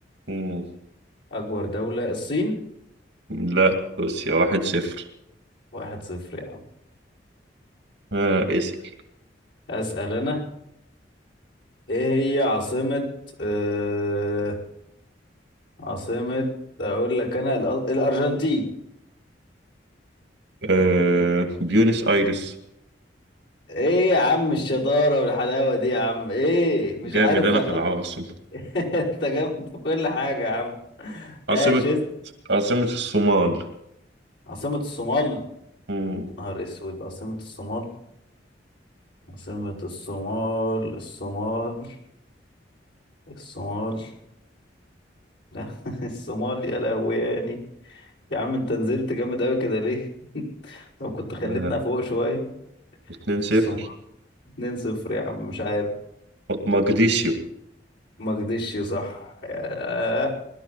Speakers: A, on the right; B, on the left.
A: مم.
B: اكبر دولة الصين
A: لا روسيا واحد صفر
B: واحد صفر يا عم
A: آه اسأل
B: اسال انا ايه هي عاصمة أه عاصمة اقول لك انا الأ- الارجنتين
A: آه بيونس آيرس
B: ايه يا عم الشطارة والحلاوة دي يا عم ايه مش
A: جامد
B: عارف
A: أنا في العواصم
B: <laughs> انت جامد في كل حاجة يا عم ماشي
A: عاصمة
B: اسأل.
A: عاصمة الصومال
B: عاصمة الصومال
A: مم.
B: نهار اسود عاصمة الصومال عاصمة الصومال الصومال الصومال لا <laughs> الصومال يا لهوي يعني يا عم انت نزلت جامد قوي كده ليه <laughs> طب كنت خليتنا
A: آه.
B: فوق شوية
A: اتنين صفر
B: الصومال 2 0 يا عم مش عارف
A: مقديشيو
B: ما كدش صح يا- آه.